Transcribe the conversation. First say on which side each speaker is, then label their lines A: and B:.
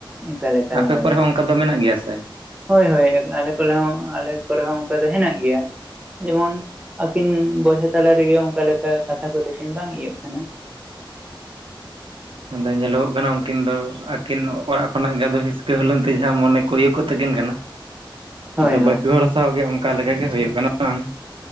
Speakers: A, on the right (about 15°); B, on the right (about 85°).
A: ᱮᱠᱟᱞ ᱮᱠᱟᱞ
B: ᱟᱯᱮ
A: ᱦᱳᱭ
B: ᱠᱚᱨᱮ ᱦᱚᱸ ᱚᱱᱠᱟ ᱫᱚ ᱢᱮᱱᱟᱜ ᱜᱮᱭᱟ ᱥᱮ?
A: ᱦᱳᱭ ᱦᱳᱭ ᱟᱞᱮ ᱠᱚᱞᱮ ᱦᱚᱸ ᱟᱞᱮ ᱠᱚᱨᱮ ᱦᱚᱸ ᱚᱱᱠᱟ ᱫᱚ ᱦᱮᱱᱟᱜ ᱜᱮᱭᱟ᱾ ᱡᱮᱢᱚᱱ ᱟᱹᱠᱤᱱ ᱵᱚᱭᱦᱟ ᱛᱟᱞᱟ ᱨᱮᱜᱮ ᱚᱱᱠᱟ ᱞᱮᱠᱟ ᱠᱟᱛᱷᱟ ᱠᱚᱛᱮᱠᱤᱱ ᱵᱟᱝ ᱤᱭᱟᱹᱜ ᱠᱟᱱᱟ,
B: ᱟᱫᱚ ᱧᱮᱞᱚᱜᱚᱜ ᱠᱟᱱᱟ ᱩᱱᱠᱤᱱ ᱫᱚ ᱟᱹᱠᱤᱱ ᱚᱲᱟᱜ ᱠᱷᱚᱱᱟᱜ ᱜᱮᱫ ᱦᱤᱥᱠᱟᱹ ᱦᱩᱞᱩᱝ ᱛᱮ ᱡᱟᱦᱟᱸ ᱢᱚᱱᱮ ᱠᱚᱭ ᱤᱭᱟᱹ ᱠᱚᱜ ᱛᱟᱹᱠᱤᱱ ᱠᱟᱱᱟ,
A: ᱦᱳᱭ
B: ᱟᱫᱚ ᱵᱟᱹᱠᱤ
A: ᱦᱳᱭ
B: ᱦᱚᱲ ᱥᱟᱶ ᱜᱮ ᱚᱱᱠᱟᱠᱟᱜ ᱜᱮ ᱦᱩᱭᱩᱜ ᱠᱟᱱᱟ ᱦᱮᱸᱥᱮ ᱵᱟᱝ